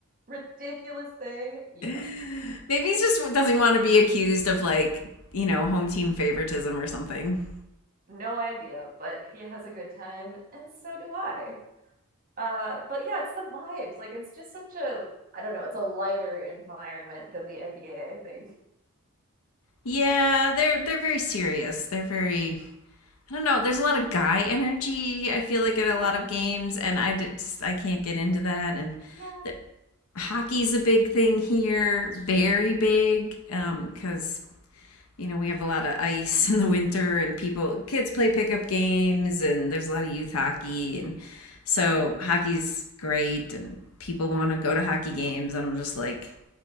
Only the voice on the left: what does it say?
Maybe he's just doesn't want to be accused of like, you know, home team favoritism or something.
Yeah, they're they're very serious. They're very I don't know. There's a lot of guy energy. I feel like
in a lot of games, and I d- just I can't get into that. And
the, hockey's a big thing here, very big, because you know, we have a lot of ice <laughs> in the winter and people, kids play pickup games and there's a lot of youth hockey. And so
hockey's great and people want to go to hockey games. And I'm just like,